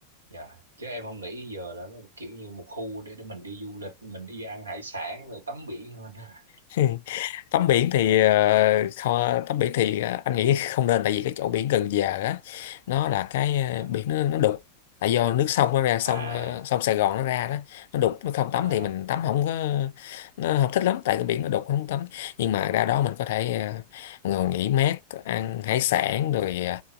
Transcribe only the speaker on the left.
<laughs> tắm biển thì
ờ, kho tắm biển thì ờ, anh nghĩ không nên tại vì cái chỗ biển Cần Giờ á nó là cái ờ,
biển nó, nó đục tại do nước sông nó ra sông
ờ, sông Sài Gòn nó ra đó nó đục nó không tắm
thì mình tắm không có nó không thích lắm tại cái biển nó đục không tắm nhưng mà ra đó mình có thể ờ, ngồi nghỉ mát ăn hải sản rồi ờ,